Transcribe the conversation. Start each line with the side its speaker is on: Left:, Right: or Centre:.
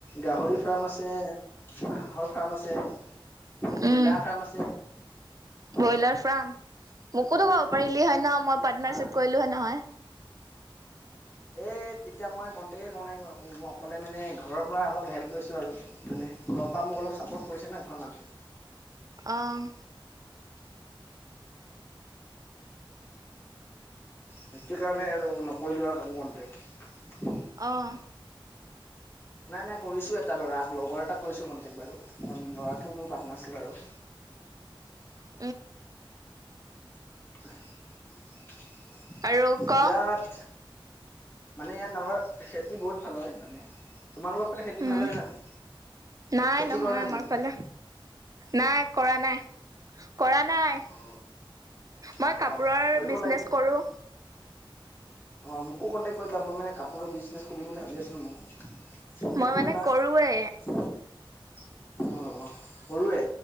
Left: গাহৰি ফাৰ্ম আছে। হাঁহৰ ফাৰ্ম আছে। আ
Right: উম
Left: ব্ৰইলাৰ ফাৰ্ম আছে
Right: ব্ৰইলাৰ ফাৰ্ম মোকোতো
Left: বহুত
Right: কব পাৰিলি হয় ন মই পাৰ্টনাৰশ্বিপ
Left: ফাৰ্ম।
Right: কৰিলো হয়, নহয়।
Left: এই তেতিয়া মই কণ্টেকেই কৰা নাই। অকলে মানে ঘৰৰ পৰা অলপ হেল্প লৈছোঁ আৰু। মানে ঘৰৰ পৰা মোক অলপ চাপৰ্ট কৰিছে ন ঘৰৰমানুহে
Right: অঁহ
Left: সেইটো কাৰণে আৰু নকৰিলো কাকো কণ্টেক্ট
Right: অ'হ।
Left: নাই নাই কৰিছোঁ এটা ল'ৰাক লগৰ এটাক কৰিছোঁ কন্টেক্ট বাৰু ল'ৰাটো মোৰ পাৰ্টনাৰশ্বিপ আৰু
Right: <inaudible>
Left: <inaudible>
Right: আৰু ক
Left: ইয়াত মানে ইয়াত আমাৰ খেতি বহুত ভাল হয় মানে, তোমালোকৰ ফালে খেতি
Right: উম
Left: ভাল হয় -নহয়?
Right: নাই
Left: খেতি
Right: নহয়
Left: কৰা নাই
Right: আমাৰ
Left: তুমি
Right: ফালে নাই। কৰা নাই। কৰা নাই।
Left: অ
Right: মই
Left: অ
Right: কাপোৰৰ
Left: অ কৰিব
Right: বিজনেচ
Left: লাগে
Right: কৰো
Left: অ মোকো কণ্টেক্ কৰিা মই মানে কাপোৰৰ বিজ বুলি ভাবি আছিলো মই কটে
Right: মই মানে
Left: কৰিবা
Right: কৰোৱে
Left: অ' অ' কৰোয়ে।